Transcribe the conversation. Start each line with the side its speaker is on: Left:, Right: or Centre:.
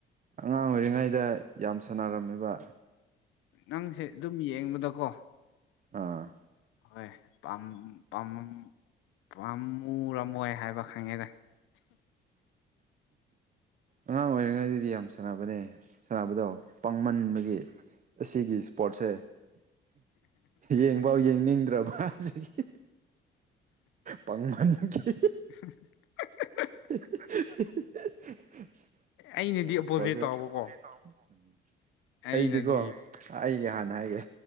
Right: ꯑꯉꯥꯡ ꯑꯣꯏꯔꯤꯉꯩꯗ ꯌꯥꯝ ꯁꯥꯟꯅꯔꯝꯃꯤꯕ
Left: ꯅꯪꯁꯦ ꯑꯗꯨꯝ ꯌꯦꯡꯕꯗꯀꯣ
Right: ꯑꯥ
Left: ꯍꯣꯏ ꯄꯝ ꯄꯥꯝꯃꯝ ꯄꯥꯝꯃꯨꯔꯝꯃꯣꯏ ꯍꯥꯏꯕ ꯈꯪꯉꯦꯅꯦ
Right: ꯑꯉꯥꯡ ꯑꯣꯏꯔꯤꯉꯩꯗꯗꯤ ꯌꯥꯝ ꯁꯥꯟꯅꯕꯅꯦ ꯁꯥꯟꯅꯕꯗꯣ ꯄꯥꯡꯃꯟꯕꯒꯤ ꯑꯁꯤꯒꯤ ꯏꯁꯄꯣꯔꯠꯁꯦ ꯌꯦꯡꯐꯥꯎ ꯌꯦꯡꯅꯤꯡꯗ꯭ꯔꯕ ꯍꯖꯤꯛꯀꯤ ꯄꯪꯃꯈꯤ
Left: <unintelligible>
Right: <unintelligible> <unintelligible> <unintelligible>
Left: ꯑꯩꯅꯗꯤ ꯑꯣꯄꯣꯖꯤꯠ ꯇꯧꯕꯀꯣ
Right: <inaudible>
Left: ꯑꯩꯅꯗꯤ
Right: ꯑꯩꯗꯤꯀꯣ ꯑꯩꯒꯤ ꯍꯥꯟꯅ ꯍꯥꯏꯒꯦ